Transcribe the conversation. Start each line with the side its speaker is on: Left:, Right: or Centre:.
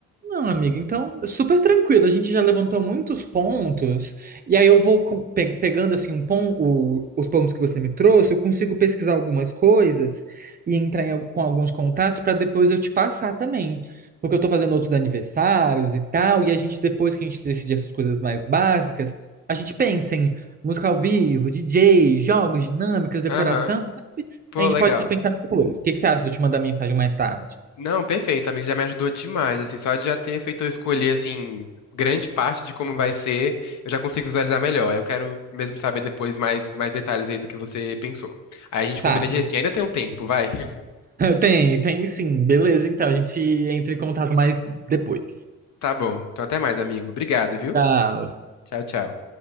Right: Não, amigo, então, super tranquilo. A gente já levantou muitos pontos, e aí eu vou com- pe- pegando assim um pon o- os pontos que você me trouxe, eu consigo pesquisar algumas coisas e entrar em al- com alguns contatos para depois eu te passar também. Porque eu tô fazendo outros aniversários e tal, e a gente, depois que a gente decidir essas coisas mais básicas, a gente pensa em música ao vivo, DJ, jogos, dinâmicas, decoração.
Left: Aham. Pô,
Right: A gente
Left: legal.
Right: pode pensar depois. O que que você acha de eu te mandar mensagem mais tarde?
Left: Não, perfeito, amigo, já me ajudou demais, assim, só de já ter feito eu escolher, assim, grande parte de como vai ser, eu já consigo visualizar melhor. Eu quero mesmo saber depois mais, mais detalhes aí do que você pensou. Aí a gente
Right: Tá.
Left: combina direitinho, ainda tem um tempo, vai? <laughs>
Right: Tem, tem sim. Beleza, então a gente entra em contato mais depois.
Left: Tá bom, então até mais, amigo. Obrigado,
Right: Tchau.
Left: viu? Tchau, tchau.